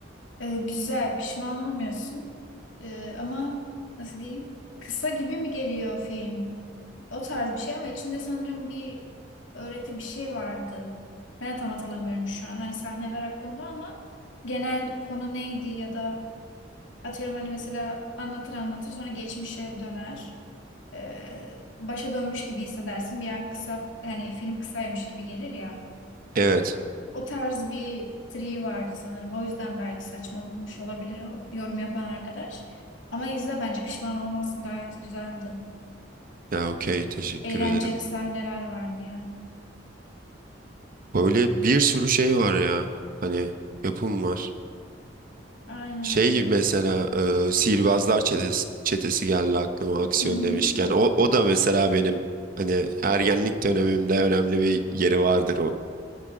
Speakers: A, on the left; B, on the right.
A: Ee, güzel, pişman olmuyorsun. Ee, ama nasıl diyeyim? Kısa gibi mi geliyor film? O tarz bir şey ama içinde sanırım bir öğreti bir şey vardı. Ben de tam hatırlamıyorum şu an. Hani sahneler aklımda ama genel konu neydi ya da Atıyorum hani mesela anlatır anlatır sonra geçmişe döner. Ee, başa dönmüş gibi hissedersin. Bir an kısa hani film kısaymış gibi gelir ya.
B: Evet.
A: O tarz bir triği vardı sanırım. O yüzden belki saçma bulmuş olabilir o yorum yapan arkadaş. Ama izle bence pişman olmazsın gayet güzeldi.
B: Ya okey teşekkür
A: Eğlenceli
B: ederim.
A: sahneler vardı yani.
B: Böyle bir sürü şey var ya. Hani yapım var.
A: Aynen.
B: Şey mesela e, Sihirbazlar Çetesi, Çetesi geldi aklıma aksiyon
A: Hı hı.
B: demişken. O, o da mesela benim hani ergenlik dönemimde önemli bir yeri vardır o